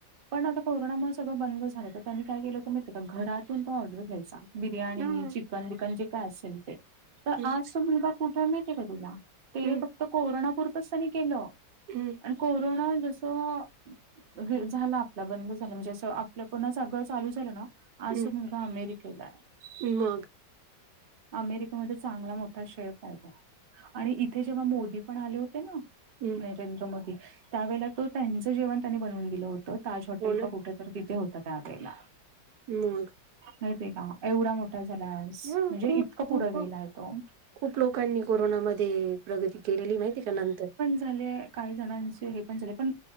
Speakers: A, on the right; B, on the right.
A: पण आता कोरोनामुळे सगळं बंद झालं तर त्यांनी काय केलं तर माित का घरातून तो ऑर्डर घ्यायचा बिर्याणी
B: हं हं
A: चिकन बिकन जे काय असेल ते तर
B: हं
A: आज तर मुलगा कुठे मिळ का तुला ते
B: हं
A: फक्त कोरोनापुरतंच त्यांनी केलं
B: हम्
A: आणि कोरोना जसं झाला आपला बंद झाला म्हणजे असं आपलं पणच सगळ चालू झालं ना अस
B: हं
A: मुलगा अमेरिकला आहे
B: हं मग
A: अमेरिकेमध्ये चांगला मोठा शेप आहे तो आणि इथे जेव्हा मोदी पण आले होते ना
B: हम्
A: रेंद्र मोदी त्यावेळेला तो त्यांचं जेवण त्यांनी बनवून दिलं होतं ताज हॉटेल
B: हो ना
A: का कुठ तर तिथे होतं त्यावेेळेला
B: मग
A: माती का एवढा मोठा झाला आज
B: ह
A: म्हणजे
B: खूप
A: इतकं
B: खूप
A: पुढं गेलाय तो
B: खूप लोकांनी कोरोनामध्ये प्रगती केलेली माहिती आहे का नंतर
A: झा काही जणांचे हे पण झाले पण